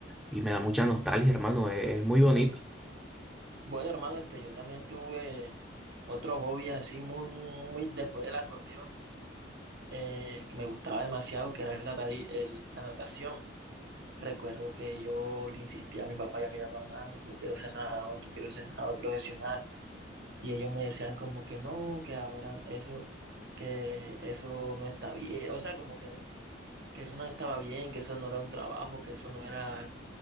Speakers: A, in the centre; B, on the right.
A: y me da mucha nostalgia, hermano, es, es muy bonito.
B: Bu- Bueno, hermano, este, yo también tuve otro hobby así muy, muy, muy después del acordeón, eh, que me gustaba demasiado, que era el natadi- el- la natación. Recuerdo que yo le insistía a mi papá y a mi mamá, mami, que yo quiero ser nadador, yo quiero ser nadador profesional. Y ellos me decían como que no, que ahora eso, que eso no está bien. O sea, como que, que eso no estaba bien, que eso no era un trabajo, que eso no era